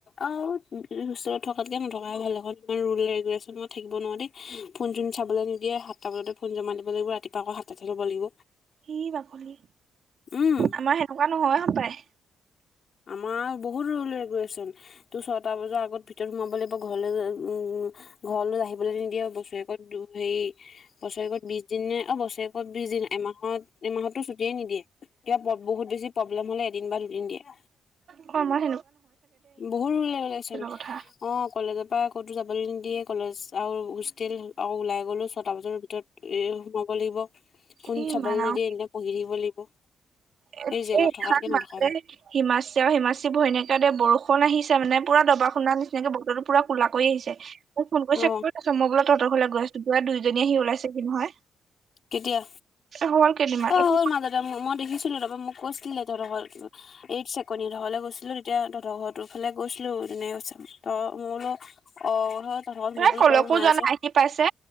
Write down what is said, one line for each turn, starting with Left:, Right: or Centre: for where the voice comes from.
Left: আউ হোষ্টেলত থকাতকে নথকা ভাল এখন ৰুলে গৈ আছে মই থাকিব নোৱাৰো দৈই, ফোন চোন চাবলৈ নিদিয়ে, সাতটা বজতে জমা দিব লাগিব, ৰাতিপা আকৌ সাতাটাতে ল'ব লাগিব।
Right: কি বাকলি,
Left: উম
Right: আমাৰ সেনেকুৱা নহয় হ‌ পায়।
Left: আমাৰ বহুত দূৰলৈ গৈ আচোন তোৰ ছয়টা বজাৰ আগত ৰত সোমাব লাগিব ঘৰলৈ উম ঘৰলৈ আহিবলৈ নিদিয়ে বছৰেকত হেৰি বছৰেকত বিশ দিন‌নে‌ অ বছ বছেৰেকত বিশ দিন, এমাহত এমাহতো ছুটিয়ে নিদিয়ে, কতিয়া বহুত বেছি প্ৰব্লেম হলে এদিন বা দুদিন দিয়ে। ক
Right: ক মই।
Left: বহুত ৰিলেচোন
Right: কথা।
Left: অ কলেজৰ পৰা কতো যাবলৈ নিদিয়ে কলেজ আৰু হোষ্টেল ওলাই গ'লো ছটা বজাৰ ভিতৰত এই সোমাব লাগিব। ফোন
Right: এ
Left: চাবলৈ
Right: ইমান আও
Left: নিদিয়ে এদিনা পঢ়ি থাকিব লাগিব।
Right: এই,
Left: জেলত
Right: এইখন
Left: থকাতকে নথকাই
Right: মাজতে
Left: ভাল
Right: হিমাচি আৰু হিমাচী ভৈনকে বৰষুণ আহিছে। মানে পুৰা দবা‌ শুনানিচিনাকে বতৰতো পুৰা কোলা কৰি আহছে, মোক ফোন কৰিছে
Left: অ
Right: কত আছ, মই বোলো তহতৰ ঘৰলৈ গছতো পৰা দুইজনী আহি ওলাইছেহি নহয়।
Left: কেতিয়া,
Right: হ'ল কেইদিনমান
Left: অ
Right: একো
Left: হ'ল মাজতে মই দেখিছিলো তাপা মোক কৈছিলে, তহঁতৰ ঘৰত এক ছেকেণ্ডৰি ঘৰলৈ গৈছিলো তেতিয়া‌ তহঁতৰ ফালে গৈছিলো তেনেকে কৈছে। ত মলো। অ হয, তহতঁৰ ঘৰত মই
Right: এ
Left: বোলো
Right: কলৈকো
Left: তই সোমাই
Right: যোৱা
Left: আহিছে।
Right: নাই আহি পাইছে।